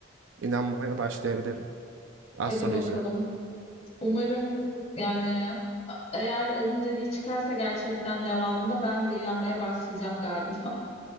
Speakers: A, on the right; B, on the left.
A: inanmaya başlayabilirim. Astrolojiye.
B: hadi bakalım. Umarım yani eğer onun dediği çıkarsa gerçekten devamında ben de inanmaya başlayacağım galiba. <laughs>